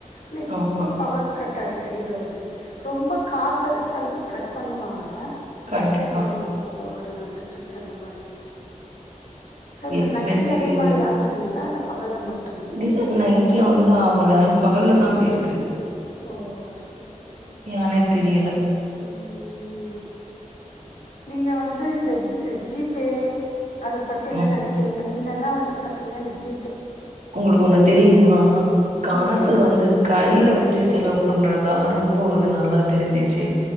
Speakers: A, on the left; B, on the right.
A: ஆனா இப்ப
B: ஆமா
A: பவர் கட் அடி கடி வருது ரொம்ப காத்தடிச்சாலுமே கட் பண்ணுவாங்க
B: கண்டிப்பா
A: என்னோம்ப்பா வரு வந்துட் றுக்கு அந்த மாரி இப்ப
B: எதுக்குன்னே
A: நைட்லயே
B: தெரியல
A: அதே மாரி ஆகுதுங்களா இல்ல பகல்ல மட்
B: இல்ல நைட்ல வந்து ஆவல பகல்லதா அப்படி இருக்கு
A: ஓ செரி செரி செரி
B: ஏனே தெரியல
A: உம் உம் நீங்க வந்து இந்த ஜி பே பத்தி என்ன
B: ம்
A: நினைக்கிறீங்க மின்ன ல்லா வந்து பாத்தீங்கன்னா இந்த ஜி
B: உங்களுக்கு ஒண்ணு தெரியுமா காசு
A: ம் சொல்லுங்க
B: வந்து கையில வெச்சு செலவு பண்றதுதா ரொம்ப ஒரு நல்லது தெரிஞ்சிச்சு
A: ஆ